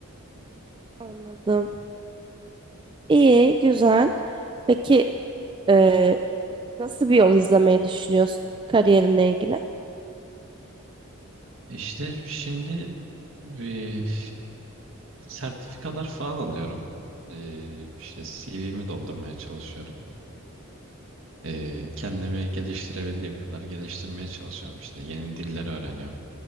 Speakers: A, on the right; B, on the right.
A: Anladım. İyi, güzel. Peki e, Nasıl bir yol izlemeyi düşünüyorsun kariyerinle ilgili?
B: İşte şimdi bir sertifikalar falan alıyorum. Ee, işte CV'mi doldurmaya çalışıyorum. Ee, kendimi geliştirebildiğim kadar geliştirmeye çalışıyorum. İşte yeni diller öğreniyorum.